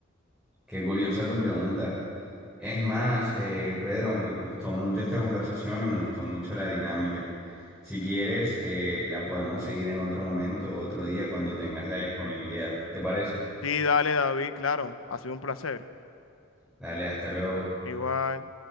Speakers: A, in the centre; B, on the left (about 75°).
A: qué curiosa tu pregunta. Es más, eh, Pedro, me gustó mucho esta conversación y me gustó mucho la dinámica. Si quieres, eh, la podemos seguir en otro momento, otro día, cuando tengas la disponibilidad. ¿Te parece?
B: Sí, dale, David, claro, ha sido un placer.
A: Dale, hasta luego.
B: Igual.